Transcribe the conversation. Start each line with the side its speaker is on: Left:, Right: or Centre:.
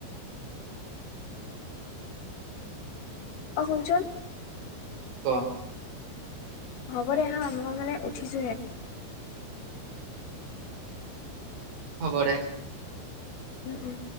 Left: অ' শুনচোন
Right: অ'।
Left: হ'ব দে হা মই মানে উঠিছোহে।
Right: হ'ব দে।
Left: উম উম।